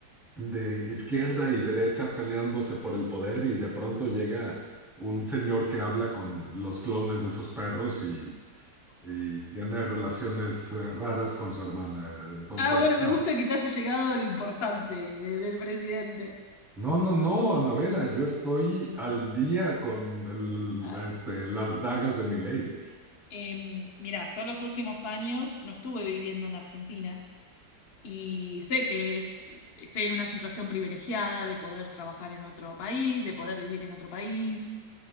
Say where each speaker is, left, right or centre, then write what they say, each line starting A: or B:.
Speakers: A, in the centre; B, on the left.
A: de izquierda y derecha peleándose por el poder y de pronto llega un señor que habla con los clones de sus perros y y tiene relaciones eh, raras con su hermana. Entonces,
B: Ah, bueno, me
A: ah,
B: gusta que te haya llegado lo importante de- del presidente.
A: no, no, no, Anabela, yo estoy al día con el-
B: Ay.
A: este, las dagas de Milei.
B: Em, mirá, yo los últimos años no estuve viviendo en Argentina y sé que es, estoy en una situación privilegiada de poder trabajar en otro país, de poder vivir en otro país.